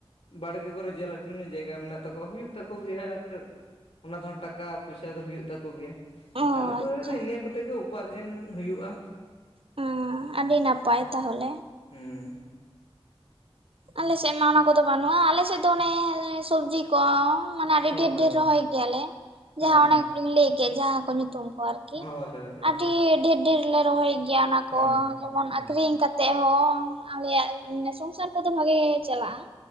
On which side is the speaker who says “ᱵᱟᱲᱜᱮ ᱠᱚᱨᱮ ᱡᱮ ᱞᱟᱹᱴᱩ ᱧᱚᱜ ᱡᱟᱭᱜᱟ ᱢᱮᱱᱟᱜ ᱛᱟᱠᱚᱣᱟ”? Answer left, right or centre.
Left